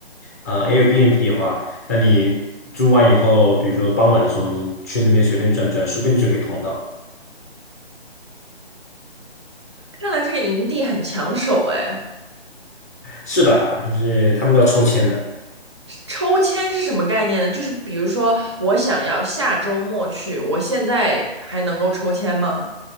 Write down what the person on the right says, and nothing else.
看来这个营地很抢手哎。
抽签是什么概念呢？就是比如说，我想要下周末去，我现在还能够抽签吗？